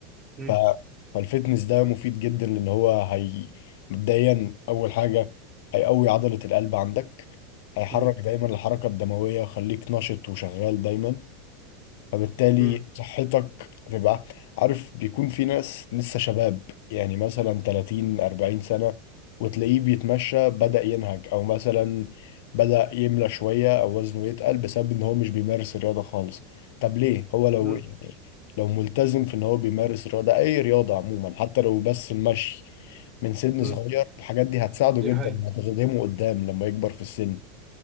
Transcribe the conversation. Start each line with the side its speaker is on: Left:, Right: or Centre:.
Right: مم.
Left: ف... فالفتنس ده مفيد جدا لان هو هي مبدئيا اول حاجة هيقوي عضلة القلب عندك هيحرك
Right: مم.
Left: دايما الحركة الدموية وخليك نشط وشغال دايما فبالتالي
Right: مم.
Left: صحتك تبقى عارف بيكون في ناس لسه شباب يعني مثلا 30 40 سنة وتلاقيه بيتمشى بدأ ينهج او مثلا بدأ يملى شوية او وزنه يتقل بسبب ان هو مش بيمارس الرياضة خالص طب ليه هو لو
Right: مم.
Left: يعني لو ملتزم في ان هو بيمارس رياضة اي رياضة عموما حتى لو بس المشي من سن
Right: مم.
Left: صغير الحاجات دي هتساعده
Right: دي
Left: جدا
Right: حقيقه
Left: وهتخدمه قدام لما يكبر في السن